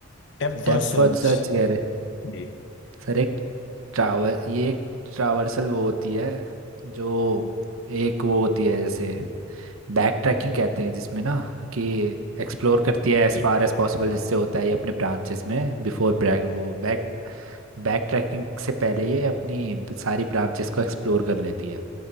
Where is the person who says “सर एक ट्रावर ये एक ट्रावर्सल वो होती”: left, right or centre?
Right